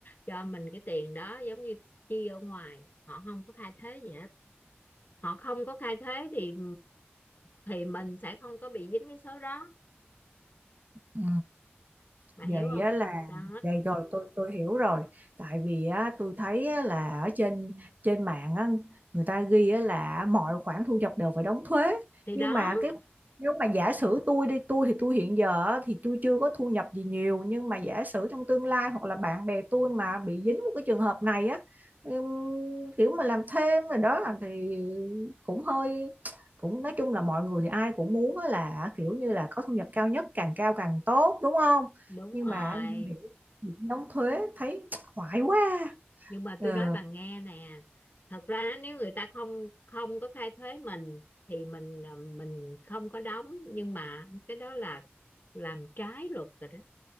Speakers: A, on the left; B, on the right.
A: cho mình cái tiền đó giống như chi ở ngoài họ không có khai thuế gì hết họ không có khai thuế thì thì mình sẽ không có bị dính cái số đó
B: Ừ.
A: bà
B: vậy
A: hiểu không
B: á là
A: đó
B: vậy rồi tôi tôi hiểu rồi tại vì á tôi thấy á, là ở trên trên mạng á, người ta ghi á, là mọi khoản thu nhập đều phải đóng thuế
A: thì
B: nhưng
A: đó
B: mà cái nếu mà giả sử tôi đi tôi thì tôi hiện giờ á, thì tôi chưa có thu nhập gì nhiều nhưng mà giả sử trong tương lai hoặc là bạn bè tôi mà bị dính một cái trường hợp này á ừm, kiểu mà làm thêm rồi đó là thì cũng hơi cũng nói chung là mọi người thì ai cũng muốn á là kiểu như là có thu nhập cao nhất càng cao càng tốt đúng không
A: đúng
B: nhưng
A: rồi
B: mà nghĩ đóng thuế thấy <tsk> hoài quá
A: nhưng mà
B: ờ,
A: tôi nói bà nghe nè thật ra nếu người ta không không có khai thuế mình thì mình à, mình không có đóng nhưng mà cái đó là làm trái luật rồi đó